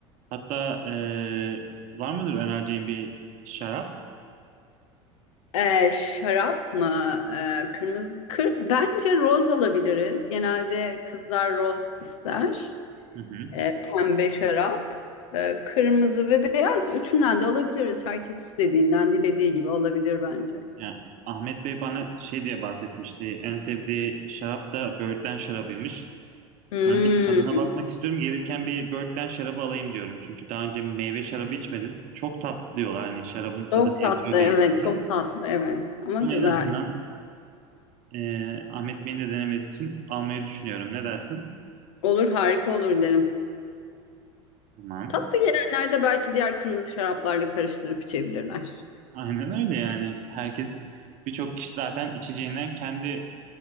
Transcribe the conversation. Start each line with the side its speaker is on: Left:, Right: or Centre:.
Right: Hatta eee, var mıdır önereceğin bir şarap?
Left: Ee, şarap mı? Ee, kırmızı kır. Bence roz alabiliriz. Genelde kızlar roz ister.
Right: Hı hı.
Left: e, pembe şarap, e, kırmızı ve beyaz. Üçünden de alabiliriz. Herkes istediğinden, dilediği gibi alabilir bence.
Right: Ya, Ahmet Bey bana şey diye bahsetmişti. En sevdiği şarap da Böğürtlen şarabıymış.
Left: Hmm,
Right: Ben de bir tadına bakmak istiyorum. Gelirken bir Böğürtlen şarabı alayım diyorum. Çünkü daha önce meyve şarabı içmedim. Çok tatlı diyorlar. Hani şarabın tadı
Left: çok tatlı,
Right: eziyor diye
Left: evet,
Right: biliyorum.
Left: çok tatlı, evet. Ama
Right: Ama
Left: güzel.
Right: en azından eee, Ahmet Bey'in de denemesi için almayı düşünüyorum. Ne dersin?
Left: Olur, harika olur derim.
Right: Tamam.
Left: Tatlı gelenlerde belki diğer kırmızı şaraplarla karıştırıp içebilirler.
Right: Aynen öyle yani. Herkes birçok kişi zaten içeceğinden kendi